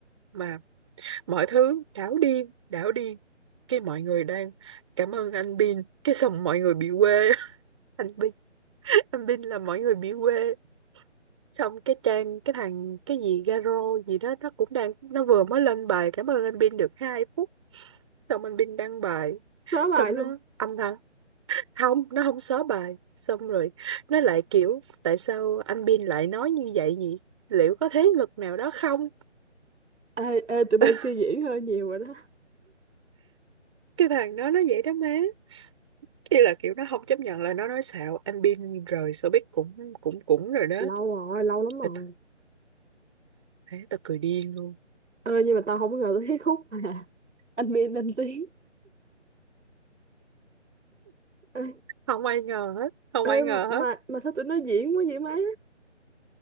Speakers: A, on the right; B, on the right.
A: mà mọi thứ đảo điên đảo điên cái mọi người đang cảm ơn anh Bin cái xong mọi người bị quê <laughs> anh Bin anh Bin là mọi người bị quê xong cái trang cái thằng cái gì Garo gì đó nó cũng đang nó vừa mới lên bài cảm ơn anh Bin được hai phút xong anh Bin đăng bài
B: Nói
A: xong
B: lại luôn
A: nó âm thầm không nó không xóa bài xong rồi nó lại kiểu tại sao anh Bin lại nói như vậy nhỉ liệu có thế lực nào đó không
B: Ê, ê, tụi
A: <laughs>
B: bay suy diễn hơi nhiều rồi đó
A: cái thằng đó nó vậy đó má ý là kiểu nó không chấp nhận là nó nói xạo anh Bin rời showbiz cũng cũng cũng rồi đó
B: Lâu rồi, lâu lắm rồi
A: tao tao ế, tao cười điên luôn
B: Ê, nhưng mà tao không ngờ tới cái khúc mà <laughs> anh Biên lên tiếng Ê,
A: không ai ngờ hết không
B: ê,
A: ai ngờ hết
B: mà, mà sao tụi nó diễn quá vậy má?